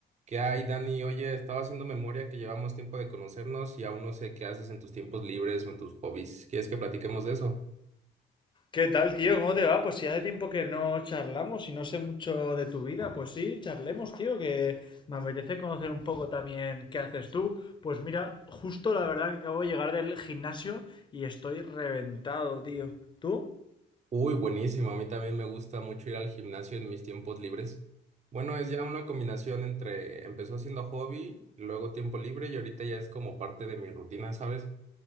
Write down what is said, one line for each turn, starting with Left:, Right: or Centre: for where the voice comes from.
Right: ¿Qué hay, Dani? Oye, estaba haciendo memoria que llevamos tiempo de conocernos y aún no sé qué haces en tus tiempos libres o en tus hobbies. ¿Quieres que platiquemos de eso?
Left: ¿Qué tal, tío? ¿Cómo te va? Pues si hace tiempo que no charlamos y no sé mucho de tu vida, pues sí, charlemos, tío, que me apetece conocer un poco también qué haces tú. Pues mira, justo la verdad que acabo de llegar del gimnasio y estoy reventado, tío. ¿Tú?
Right: Uy, buenísimo. A mí también me gusta mucho ir al gimnasio en mis tiempos libres. Bueno, es ya una combinación entre empezó siendo hobby, luego tiempo libre y ahorita ya es como parte de mi rutina, ¿sabes?